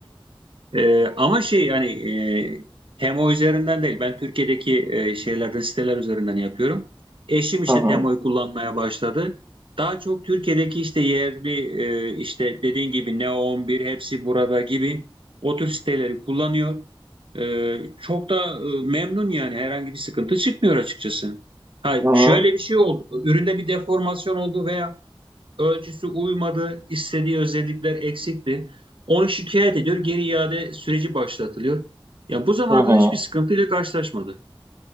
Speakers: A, on the right; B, on the right.
A: Ee, ama şey hani e, Temo üzerinden değil. Ben Türkiye'deki e, şeylerden siteler üzerinden yapıyorum. Eşim işte
B: Hı hı.
A: Temo'yu kullanmaya başladı. Daha çok Türkiye'deki işte yerli e, işte dediğin gibi Neo 11 hepsi burada gibi o tür siteleri kullanıyor. E, çok da e, memnun yani herhangi bir sıkıntı çıkmıyor açıkçası. Hay
B: Hı hı.
A: şöyle bir şey oldu. Üründe bir deformasyon oldu veya ölçüsü uymadı, istediği özellikler eksikti. Onu şikayet ediyor, geri iade süreci başlatılıyor. Ya bu zamana
B: Hı hı.
A: kadar hiçbir sıkıntıyla karşılaşmadı.